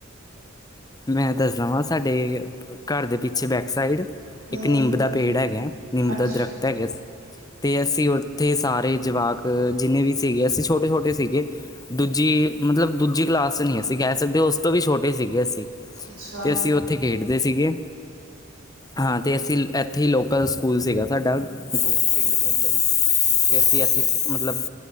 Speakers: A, on the left; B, on the right.
A: ਮੈਂ ਦੱਸਦਾ ਵਾਂ, ਸਾਡੇ ਘਰ ਦੇ ਪਿੱਛੇ ਬੈਕ ਸਾਈਡ
B: ਹਮ
A: ਇੱਕ ਨਿੰਬ ਦਾ ਪੇੜ ਹੈਗਾ, ਨਿੰਬ
B: ਅੱਛਾ
A: ਦਾ ਦਰਖਤ ਹੈਗਾ। ਤੇ ਅਸੀਂ ਓਥੇ ਸਾਰੇ ਜਵਾਕ ਜਿੰਨੇ ਵੀ ਸੀਗੇ, ਅਸੀਂ ਛੋਟੇ-ਛੋਟੇ ਸੀਗੇ। ਦੂਜੀ ਮਤਲਬ ਦੂਜੀ ਕਲਾਸ ਨਈਂ ਅਸੀਂ ਕੈ ਸਕਦੇ, ਤੇ ਉਸ ਤੋਂ ਵੀ ਛੋਟੇ ਸੀਗੇ ਅਸੀਂ
B: ਅੱਛਾ
A: ਤੇ ਅਸੀਂ ਓਥੇ ਖੇਡਦੇ ਸੀਗੇ। ਹਾਂ, ਤੇ ਅਸੀਂ ਏਥੇ ਹੀ ਲੋਕਲ ਸਕੂਲ ਸੀਗਾ ਸਾਡਾ, ਗੋਲ ਗੇਟ ਦੇ ਅੰਦਰ ਹੀ। ਕਤੇ ਅਸੀਂ ਏਥੇ ਮਤਲਬ